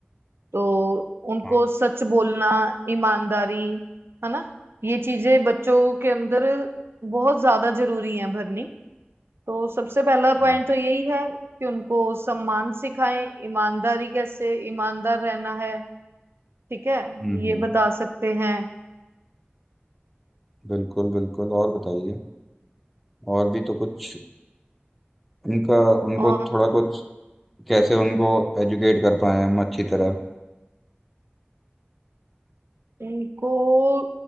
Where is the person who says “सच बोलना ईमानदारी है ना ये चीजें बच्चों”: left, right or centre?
Right